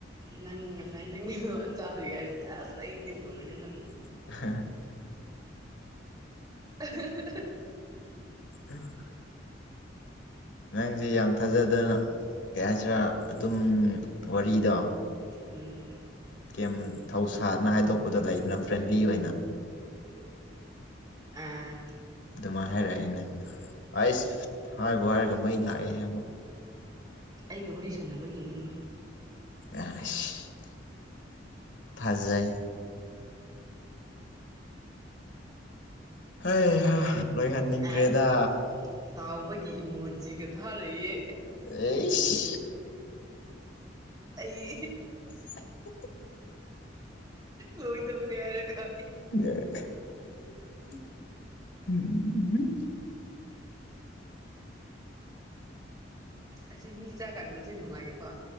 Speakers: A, on the right (about 20°); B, on the left (about 70°).
A: ꯅꯪ ꯉꯁꯥꯏ ꯅꯪꯒꯤꯗꯣ ꯆꯥꯔꯤꯉꯩꯗꯗꯤ ꯑꯁ ꯑꯩꯗꯤ ꯂꯣꯏꯔꯦꯅ
B: <inaudible>
A: <inaudible>
B: <inaudible> ꯅꯪꯁꯦ ꯌꯥꯝ ꯊꯥꯖꯗꯅ ꯀꯩ ꯍꯥꯏꯁꯤꯔꯥ ꯑꯗꯨꯝ ꯋꯥꯔꯤꯗꯣ
A: ꯎꯝ
B: ꯀꯌꯝ ꯊꯧꯁꯥꯗꯅ ꯍꯥꯏꯗꯣꯛꯄꯗꯣ ꯂꯩꯗꯅ ꯐ꯭ꯔꯦꯟꯂꯤ ꯑꯣꯏꯅ
A: ꯑꯥ
B: ꯑꯗꯨꯃꯥꯏꯅ ꯍꯥꯏꯔꯛꯑꯦꯅꯦ ꯑꯩꯁ ꯍꯥꯏꯚꯤ ꯍꯥꯏꯔꯒ ꯃꯩ ꯂꯥꯛꯑꯦꯍꯦ ꯑꯃꯨꯛ
A: ꯑꯩꯒ ꯋꯥꯔꯤ ꯁꯥꯟꯅꯕꯒꯤꯅꯤ ꯑꯗꯨ
B: ꯑꯁ ꯐꯖꯩ ꯍꯩꯍꯥ ꯂꯣꯏꯍꯟꯅꯤꯡꯈ꯭ꯔꯦꯗ
A: ꯑꯁ ꯁꯥꯎꯕꯒꯤ ꯏꯃꯣꯖꯤꯒ ꯊꯥꯔꯛꯑꯦ
B: ꯑꯩꯁ
A: ꯑꯩ
B: <inaudible>
A: ꯂꯣꯏꯗꯧꯔꯦ ꯍꯥꯏꯔꯒꯥꯌꯦ
B: <unintelligible>
A: ꯑꯁꯤ ꯃꯤ ꯆꯥꯛ ꯍꯟꯕꯁꯦ ꯅꯨꯡꯉꯥꯏꯌꯦꯀꯣ